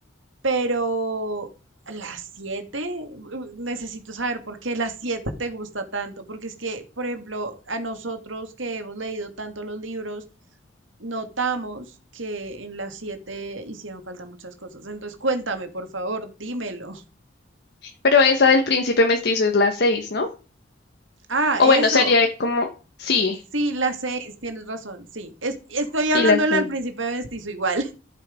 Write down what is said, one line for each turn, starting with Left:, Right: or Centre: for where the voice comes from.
Right: pero a las siete, uh, necesito saber por qué las siete te gusta tanto, porque es que, por ejemplo, a nosotros que hemos leído tanto los libros, notamos que en las siete hicieron falta muchas cosas. Entonces, cuéntame, por favor, dímelo. <laughs>
Left: Pero esa del príncipe mestizo es la seis, ¿no?
Right: Ah,
Left: O
Right: eso.
Left: bueno, sería como, sí,
Right: Sí, las seis, tienes razón, sí. Es- estoy hablando
Left: y la seis.
Right: al principio de mestizo igual.